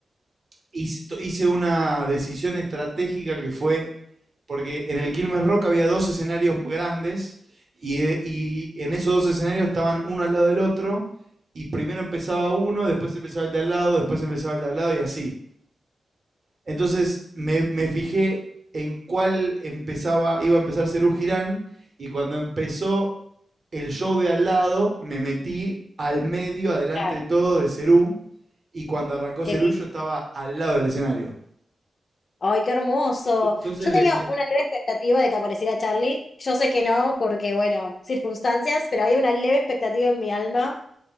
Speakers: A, on the right; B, on the left.
A: hice, hice una decisión estratégica que fue porque en el Quilmes Rock había dos escenarios grandes y, de- y en esos dos escenarios estaban uno al lado del otro y primero empezaba uno, después empezaba el de al lado, después empezaba el de al lado y así. Entonces me, me fijé en cuál empezaba, iba a empezar Serú Girán y cuando empezó el show de al lado me metí al medio, adelante
B: Claro,
A: de todo, de Serú y cuando arrancó
B: qué
A: Serú
B: lindo.
A: yo estaba al lado del escenario.
B: Ay, qué hermoso.
A: Entonces
B: Yo
A: le,
B: tenía
A: le
B: una leve expectativa de que apareciera Charlie. Yo sé que no, porque, bueno, circunstancias, pero había una leve expectativa en mi alma